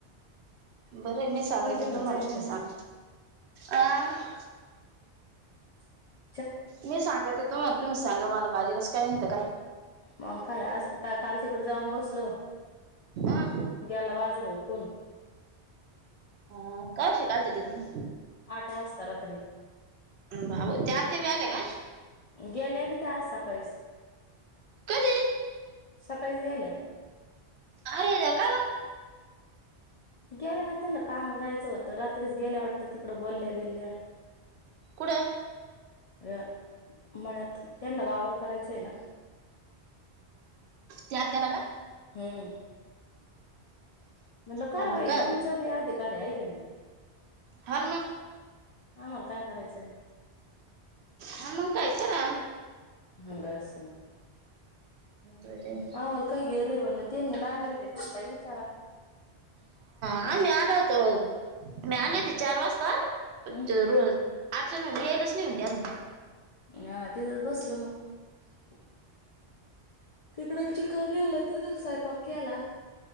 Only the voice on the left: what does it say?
बंद केलं
मी
चहा नाही
ठेवायचा.
<unintelligible>
मग काय आज काय काल तिकड जाऊन बसल...
गेलवाज रोकून
आठ वाजता रात्री
गेल्या बि ते आ सकाळीच
सकाळी गेल्या
गेल्या होत्या ना कामा जायचं होतं रात्रीच गेल्या वाटत तिकडं बोलल्या बिलल्या
अ म्हळत त्यांला वावर करायचाय ना
हम्म म्हणलं खरं
भाई
तुमचा बी अधिकारी आहेऐ
आम्हाला काय करायचंय
ह बस
हा वाल का गेरेवल तेनी नांगरल तेनला विचार
हम्म
हा तिथं बसल मग तिकड चिकनल त सायपाक्याला